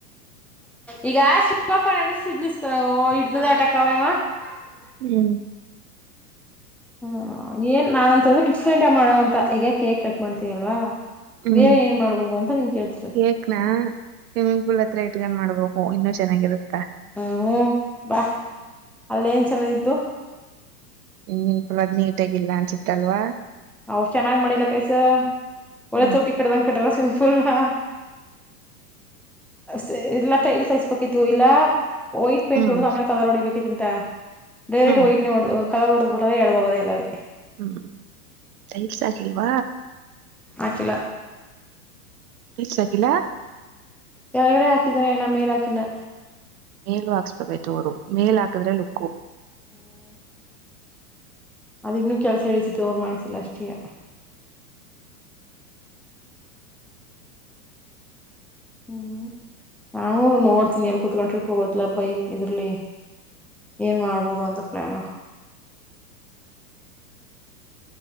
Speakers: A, in the centre; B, on the right (about 65°).
A: ಈಗ <unintelligible> ಇಡ್ದದೆ ಆಟ ಕವ್ವ ಇವ <unintelligible>
B: ಹ್ಮ್
A: ಹ್ಮ ಏನ್ ನಾನಂತಿರದು ಡಿಫ್ರೆಂಟಾಗ್ ಮಾಡವಂತ ಈಗ ಕೇಕ್ ಕಟ್ ಮಾಡ್ತೀವಲ್ವಾ
B: ಹ್ಮ್
A: ಬೇರೆ ಏನ್ ಮಾಡ್ಬೋದು ಅಂತ ನಿನ್ ಕೇಳ್ತಿರೋದು
B: ಕೇಕ್ನ ಸ್ವಿಮ್ಮಿಂಗ್ ಪೂಲತ್ರ ಇಟ್ಕೊಂಡ್ ಮಾಡ್ಬೇಕ್ ಓ ಇನ್ನ ಚೆನ್ನಾಗಿರುತ್ತಾ
A: ಐ ಊ ಬಾ ಅಲ್ಲೆಂಚೆನಾಗಿದ್ದು
B: ಮಿಂಗ್ ಪೂಲದ್ನೀಟಾಗಿಲ್ಲನ್ಸುತ್ತಲ್ವ
A: ವ್ರ್ ಚೆನಾಗ್ಮಾಡಿಲ್ಲಕೈಸು ಒಳ್ಳೆ
B: ಹ್ಮ್
A: ತೊಟ್ಟಿ ಕಟ್ದಂಗ್ಕಟ್ಟರ ಸಿಂಪುಲ್ನ <unintelligible> ಹಾ ಸ್ <unintelligible> ಇಲ್ಲ ಟೈಲ್ಸಕ್ಸ್ಬಕಿತ್ತು ಇಲ್ಲ <unintelligible> ವೈಟ್ ಪೈಂಟೋಡ್ದು
B: ಹ್ಮ್
A: ಆಮೇಲ್ ಕಲರೋಡಿಬೇಕ್ ಇದ್ರಂತ ಡೈರೆಕ್ಟ್
B: ಹ್ಮ
A: ವೈಟ್ನೆ ವಡ್ದ್ ವ್ <unintelligible> ಕಳರೋಡ್ದ್ಬುಟರ ಎಡ್ದೋಗದ ಎಲ್ಲವಿ <unintelligible>
B: ಹ್ಮ್ ಟೈಲ್ಸಕ್ಕಿಲ್ವ
A: ಆಕಿಲ್ಲ
B: ಟೈಲ್ಸಾಕಿಲ್ಲಾ
A: ಕೆಳಗಡೆ ಆಕಿದರೆ ಅಣ್ಣ ಮೇಲಾಕಿಲ್ಲ
B: ಮೇಲು ಹಾಕ್ಸ್ಬೇಕಾಯ್ತು ಅವ್ರು ಮೇಲಾಕುದ್ರೆ ಲುಕ್ಕು
A: <inaudible> ಅದಿನ್ನು ಕೆಲ್ಸಇಡೀತಿತ್ತು ಅವರ್ಮಾಡ್ಸಿಲ್ಲ ಅಷ್ಟಿಯ ಹ್ಮ್ ನಾವು ನೋಡ್ತೀನಿ ಎಲ್ಕುತ್ತಂಡ್ ಟ್ರಿಪ್ ಹೋಗತ್ಲಪ್ಪ ಈ ಇದರ್ಲಿ ಏನ್ ಮಾಡ್ಬೋದು ಅಂತ ಪ್ಲಾನು